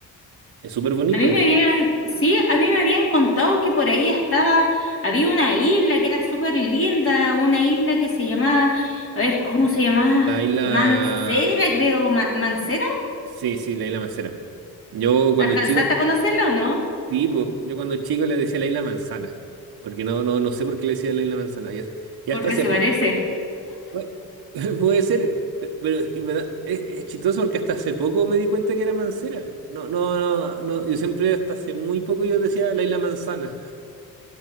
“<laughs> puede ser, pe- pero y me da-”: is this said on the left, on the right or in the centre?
Right